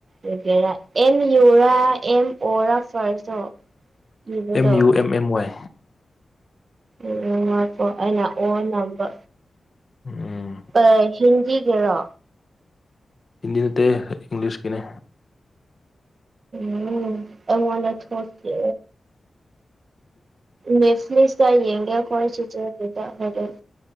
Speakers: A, on the right; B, on the left.
A: ꯑꯣꯏꯒ‍ꯦꯔ ꯑꯦꯝ ꯌꯨ ꯔ ꯑꯦꯝ ꯑꯣ ꯔ ꯐ꯭ꯥꯔꯁꯇ‍ꯣ ꯏꯕꯗ‌ꯣ
B: ꯑꯦꯝ ꯌꯨ ꯑꯦꯝ ꯑꯦꯝ ꯋꯥꯏ
A: ꯎꯝ ꯎꯝ ꯉꯥꯏꯈꯣ ꯑꯩꯅ ꯑꯣꯔ ꯅꯝꯕ
B: ꯎꯝ
A: ꯑ ꯍꯤꯟꯗꯤꯒꯤꯔꯣ
B: ꯍꯤꯟꯗꯤ ꯅꯠꯇꯦ ꯏꯪꯂꯤꯁ ꯀꯤꯅꯦ
A: ꯎꯝ ꯑꯩꯉꯣꯟꯗ ꯊꯣꯛꯇꯦ ꯅꯦꯠꯐ꯭ꯂꯤꯛꯁ ꯇ ꯌꯦꯡꯒꯦ ꯑꯈꯣꯏ ꯆꯦꯆꯦꯒꯤꯗ ꯍꯣꯔꯦꯟ